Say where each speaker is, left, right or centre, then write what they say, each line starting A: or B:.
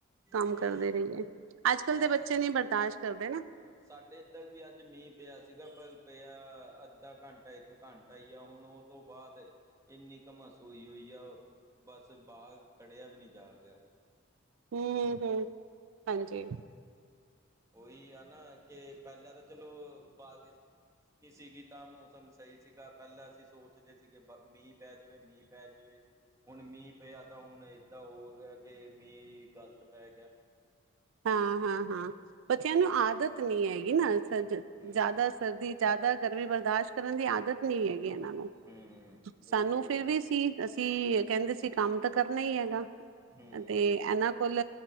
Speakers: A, on the right; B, on the right.
A: ਕੰਮ
B: ਹੂੰ
A: ਕਰਦੇ ਰਈ ਏ, ਅੱਜ-ਕੱਲ ਦੇ ਬੱਚੇ
B: ਅੱਜ
A: ਨੀ ਬਰਦਾਸ਼ ਕਰਦੇ ਨਾ।
B: ਹਾਂ ਸਾਡੇ ਏਧਰ ਵੀ ਅੱਜ ਮੀ ਪੇਆ ਸੀਗਾ ਪਰ ਪੇਆ, ਅੱਧਾ ਘੰ ਏਕ ਘੰਟਾ ਈ ਆ ਹੁਣ ਓ ਤੋਂ ਬਾਅਦ ਏਨੀਕ ਕਮਸ ਹੁਈ ਹੋਈ ਆ, ਬੱਸ ਬਾਰ ਖੜੇਆ ਵੀ ਨੀ ਜਾ ਰੇਆ।
A: ਹੂੰ-ਹੂੰ, ਹਾਂਜੀ।
B: ਓਈ ਆ ਨਾ, ਕੇ ਪੈਲਾ ਤਾਂ ਚਲੋ ਬਾਦ ਵਿੱਚ ਨੀ ਸੀ ਗੀਤਾ ਮੌਸਮ ਸਈ ਸੀਗਾ ਪੈਲਾ ਅਸੀ ਸੋਚਦੇ ਸੀਗੇ ਬ ਮੀ ਪੈ ਜਵੇ, ਮੀ ਪੈ ਜਵੇ ਹੁਣ ਮੀ ਪੇਆ ਤਾਂ ਹੁਣ ਏਦਾ ਹੋ ਗੇਆ ਕੇ ਮੀ ਗਲਤ ਪੈ ਗੇਆ
A: ਹਾਂ, ਹਾਂ, ਹਾਂ, ਬੱਚੇਆਂ ਨੂੰ ਆਦਤ ਨੀ ਹੈਗੀ ਨਾ ਅਸਲ ਚ
B: ਹੂੰ
A: ਜਾਦਾ ਸਰਦੀ ਜਾਦਾ ਗਰਮੀ ਬਰਦਾਸ਼ ਕਰਨ ਦੀ ਆਦਤ ਨੀ ਹੈਗੀ ੲੈਨਾਂ ਨੂੰ,
B: ਹੂੰ
A: ਸਾਨੂੰ
B: ਇਹੀ
A: ਫਿਰ
B: ਆ ਨਾ
A: ਵੀ ਸੀ ਅਸੀਂ ਕੈੰਦੇ ਸੀ ਕੰਮ ਤਾਂ ਕਰਨਾ ਈ ਹੈਗਾ
B: ਹੂੰ
A: ਤੇ ੲੈਨਾ ਕੋਲ